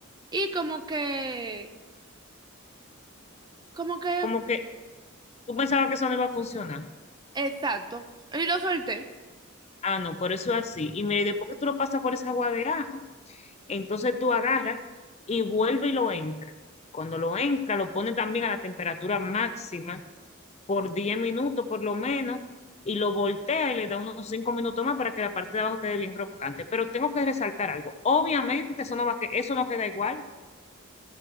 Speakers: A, on the right; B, on the left.
A: Y como que, como que,
B: Como que tú pensabas que eso no iba a funcionar.
A: exacto. Y lo solté.
B: Ah, no, por eso es así. Y mira, y después que tú lo pasas por esa agua de ajo, Entonces tú agarras y vuelve y lo entra. Cuando lo entra, lo pone también a la temperatura máxima por 10 minutos por lo menos y lo voltea y le da unos 5 minutos más para que la parte de abajo quede bien crocante. Pero tengo que resaltar algo. Obviamente eso no va a que eso no queda igual,